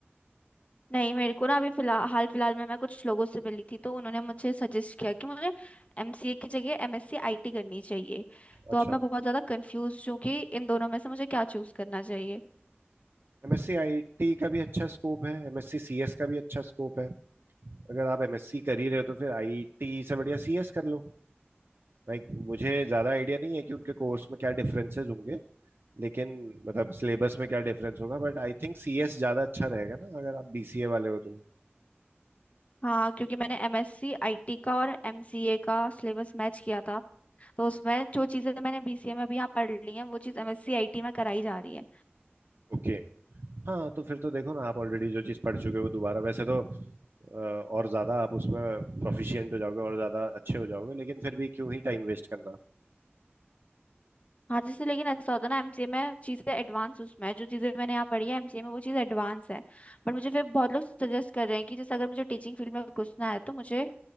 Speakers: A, on the left; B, on the right.
A: नहीं मेरे को ना अभी फिलहाल हाल फिलहाल में मैं कुछ लोगों से मिली थी तो उन्होंने मुझे सजेस्ट किया कि मुझे एमसीए की जगह एमएससी आईटी करनी चाहिए
B: अच्छा
A: तो अब मैं बहुत ज़्यादा कंफ्यूज हूँ कि इन दोनों में से मुझे क्या चूज़ करना चाहिए
B: एमएससी आईटी का भी अच्छा स्कोप है एमएससी सीएस का भी अच्छा स्कोप है अगर आप एमएससी कर ही रहे हो तो फिर आईटी से बढ़िया सीएस कर लो लाइक मुझे ज्यादा आइडिया नहीं है कि उनके कोर्स में क्या डिफरेंसेस होंगे लेकिन मतलब सिलेबस में क्या डिफरेंस होगा बट आई थिंक सीएस ज्यादा अच्छा रहेगा ना अगर आप बीसीए वाले हो तो
A: हाँ क्योंकि मैंने एमएससी आईटी का और एमसीए का सिलेबस मैच किया था तो उसमें जो चीज़ें मैंने बीसीए में अभी यहाँ पढ़ ली हैं वो चीज़ एमएससी आईटी में कराई जा रही है
B: Okay okay. हाँ तो फिर तो देखो ना आप ऑलरेडी जो चीज पढ़ चुके हो वो दोबारा वैसे तो अ, और ज्यादा आप उसमें प्रोफिशिएंट हो जाओगे और ज्यादा अच्छे हो जाओगे लेकिन फिर भी क्यों ही टाइम वेस्ट करना
A: हाँ जैसे लेकिन ऐसा होता है ना एमसीए में चीजें एडवांस उसमें है जो चीजें मैंने यहाँ पढ़ी है एमसीए में वो चीज़ एडवांस है बट मुझे फिर बहुत लोग सजेस्ट कर रहे हैं कि जैसे अगर मुझे टीचिंग फील्ड में घुसना है तो मुझे